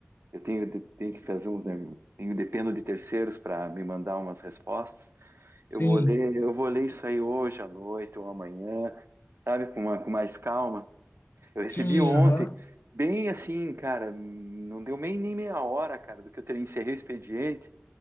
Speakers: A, on the right; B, on the left.
A: eu tenho, tenho que fazer uns. ne- Tenho, dependo de terceiros para me mandar umas respostas. Eu
B: Sim,
A: vou ler, eu vou ler isso aí hoje à noite ou amanhã, sabe? Com, uma- com mais calma. Eu recebi
B: sim,
A: ontem,
B: aham,
A: bem assim, cara, não deu nem, nem meia hora, cara, do que eu ter- encerrei o expediente.